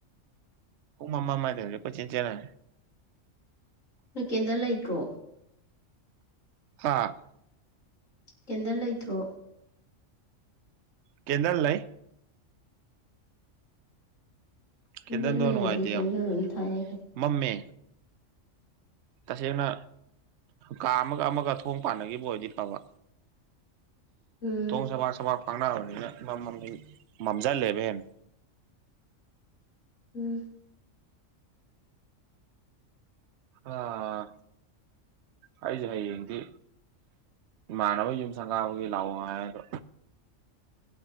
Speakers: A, on the right (about 65°); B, on the left (about 80°).
A: ꯄꯨꯡ ꯑꯝꯃꯃꯗꯩꯗꯤ ꯀꯣꯏꯆꯦꯟ ꯆꯦꯜꯂꯦ
B: ꯅꯣꯏ ꯀꯦꯟꯗꯥꯜ ꯂꯩꯇ꯭ꯔꯣ
A: ꯍꯥꯥ
B: ꯀꯦꯟꯗꯜ ꯂꯩꯇ꯭ꯔꯣ
A: ꯀꯦꯟꯗꯜ ꯂꯩ
B: ꯀꯦꯟꯗꯜ
A: ꯀꯦꯟꯗꯜꯗꯣ
B: ꯂꯩꯔꯗꯤ
A: ꯅꯨꯡꯉꯥꯏꯇꯦ
B: ꯀꯦꯟꯗꯜ
A: ꯌꯥꯝ
B: ꯑꯗꯨꯝ ꯊꯥꯌꯥꯏ ꯀꯩꯅꯣ
A: ꯃꯝꯃꯦ ꯇꯁꯦꯡꯅ ꯀꯥ ꯑꯃꯒ ꯑꯃꯒ ꯊꯣꯡ ꯄꯥꯟꯅꯒꯤꯕ ꯑꯣꯏꯔꯗꯤ ꯐꯕ
B: ꯎꯝ
A: ꯊꯣꯡ ꯁꯕꯥꯛ ꯁꯕꯥꯛ ꯐꯛꯅꯕꯅꯤꯅ ꯃꯝꯃꯅꯤꯅ ꯃꯝꯖꯤꯜꯂꯦꯕ ꯍꯦꯟꯅ
B: ꯎꯝ
A: ꯍꯥꯑꯥ ꯑꯩꯖꯦ ꯍꯌꯦꯡꯗꯤ ꯏꯃꯥꯟꯅꯕꯒꯤ ꯌꯨꯝ ꯁꯪꯒꯥꯕꯒꯤ ꯂꯥꯛꯑꯣ ꯍꯥꯏ ꯑꯗꯣ